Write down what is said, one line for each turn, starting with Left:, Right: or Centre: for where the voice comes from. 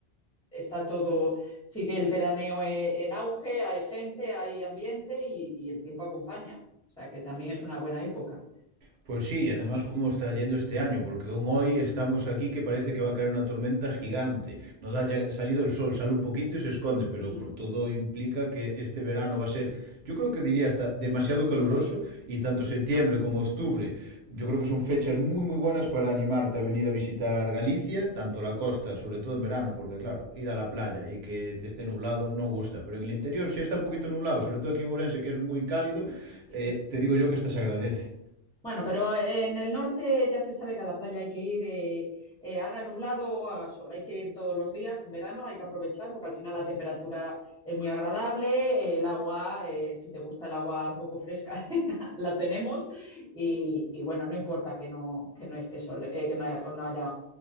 Centre: está todo, sigue el veraneo e, en auge, hay gente, hay ambiente y, y el tiempo acompaña. O sea que también es una buena época.
Right: Pues sí, además cómo está yendo este año, porque aún hoy estamos aquí que parece que va a caer una tormenta gigante. No da ya salido el sol, sale un poquito y se esconde, pero
Centre: Sí.
Right: todo implica que este verano va a ser, yo creo que diría hasta demasiado caluroso y tanto septiembre como octubre, yo creo que son fechas muy muy buenas para animarte a venir a visitar Galicia, tanto la costa, sobre todo en verano, porque claro, ir a la playa y que te esté nublado no gusta, pero en el interior si está un poquito nublado, sobre todo aquí en Ourense que es muy cálido,
Centre: Sí.
Right: eh, te digo yo que hasta se agradece.
Centre: Bueno, pero en el norte ya se sabe que a la playa hay que ir, eh, eh, haga nublado o haga sol, hay que ir todos los días en verano, hay que aprovechar porque al final la temperatura es muy agradable, eh, el agua, eh, si te gusta el agua un poco fresca, <laughs> la tenemos y, y bueno, no importa que no, que no esté sol, eh, que no, no haya,